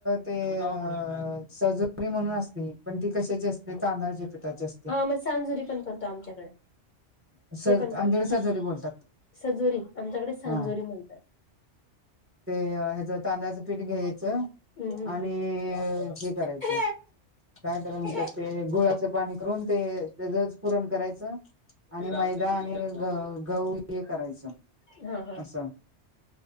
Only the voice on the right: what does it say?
ते सजरी म्हणून असते पण ती कशाची असते तांदळाच्या पिठाची असते.
स
आमच्याकडे
सजोरी बोलतात
हा
ते ह्याच तांदळाचं पीठ घ्यायचं
आणि हे करायचं
काय त्याला म्हणत्यात
ते गुळाचं पाणी? करून ते त्याचच पूरण करायचं आणि मैदा आणि ग गहू हे करायचं
असं